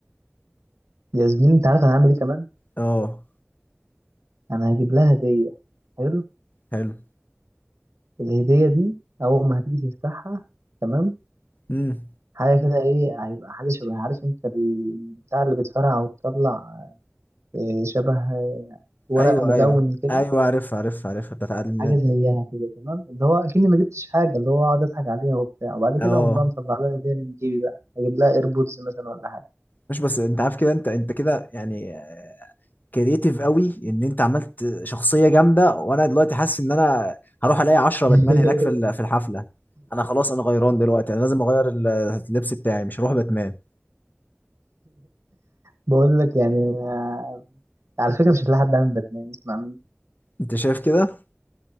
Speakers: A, on the right (about 70°); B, on the left (about 40°).
A: يا زميلي انت عارف انا هعمل ايه كمان
B: اه
A: انا هجيب لها هدية حلو
B: حلو
A: الهدية دي اول ما هتيجي تفتحها تمام
B: امم
A: حاجة كده ايه هيبقى حاجة شبه عارف انت البتاع اللي بتفرقع وتطلع آه، شبه آه، ورق
B: ايوه
A: ملون
B: ايوه
A: كده
B: ايوه عارفها عارفها عارفها بتاعت عيد الميلاد
A: حاجه زيها
B: دي
A: كده تمام اللي هو اكني ما جبتش حاجه اللي هو اقعد اضحك عليها وبتاع وبعد
B: اه
A: كده اقوم بقى مطلع لها هديه من جيبي بقى اجيب لها ايربودز مثلا ولا حاجه
B: مش بس انت عارف كده انت انت كده يعني كرييتيف قوي ان انت عملت شخصيه جامده وانا دلوقتي حاسس ان انا هروح الاقي 10
A: <laughs>
B: باتمان هناك في ال- في الحفله انا خلاص انا غيران دلوقتي انا لازم اغير ال- اللبس بتاعي مش هروح باتمان
A: بقول لك يعني آه، على فكره مش هتلاقي حد عامل باتمان اسمع مني
B: انت شايف كده